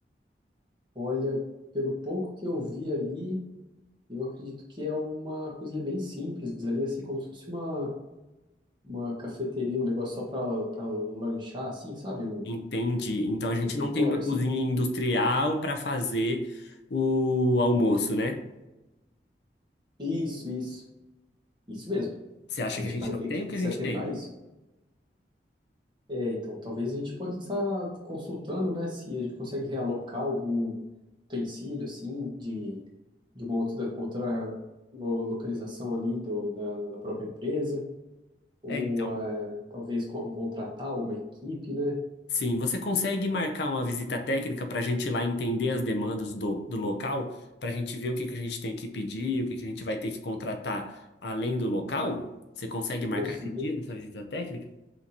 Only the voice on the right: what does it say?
Olha, pelo pouco que eu vi ali, eu acredito que é uma cozinha bem simples ali, assim como se fosse uma uma cafeteria, um negócio só pra, pra lanchar, assim, sabe? Um
refeitório,
assim.
Isso, isso. Isso mesmo.
A gente
vai
ter
que
se
atentar
a isso. É, então, talvez a gente pode estar consultando, né? Se a gente consegue realocar algum utensílio, assim, de, de uma outra, outra lo- localização ali do, da, da própria empresa. Ou
eh, talvez con- contratar uma equipe, né?
Conseguir.